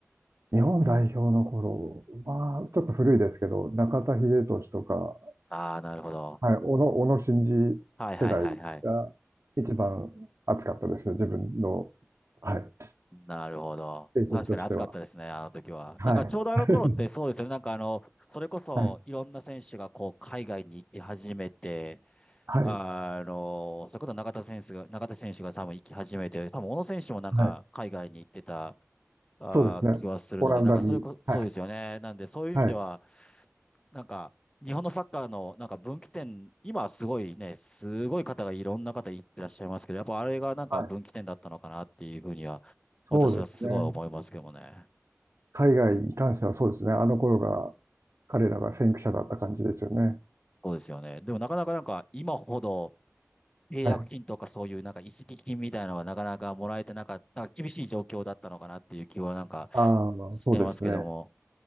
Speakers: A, on the right; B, on the left.
A: 日本代表の頃まあちょっと古いですけど、中田英寿とか、
B: ああ、なるほど。
A: はい、小野、小野伸二世代が一番熱かったですね、
B: はいはいはいはい。
A: 自分の、はい、
B: なるほど。
A: 青春としては。
B: 確かに暑かったですね、あの時は。
A: はい。
B: なんかちょうどあの頃ってそうですよね。
A: <laughs>
B: なんかあの、それこそいろんな選手がこう海外に行き始めて、
A: はい。はい。
B: あの、それこそ中田選手が、中田選手が多分行き始めて、多分小野選手もなんか海外に行ってた
A: はい。
B: あー、
A: そうですね。
B: 気はするので、
A: オランダに。
B: なんかそれこ、そうですよね。
A: はい。
B: なんで、そういう意味では、
A: はい。
B: なんか、日本のサッカーのなんか分岐点、今はすごいね、すごい方がいろんな方いってらっしゃいますけど、やっぱあれがなんか分岐点だったのかなっていうふうには、
A: はい。そうですね。
B: 私はすごい思いますけどもね。
A: 海外に関してはそうですね。あの頃が、彼らが先駆者だった感じですよね。
B: そうですよね。でもなかなかなんか今ほど契約金とかそういうなんか移籍金みたいなのはなかなかもらえてなかった、
A: はい。
B: なんか厳しい状況だったのかなっていう気はなんか
A: ああ、
B: してますけども。
A: そうですね。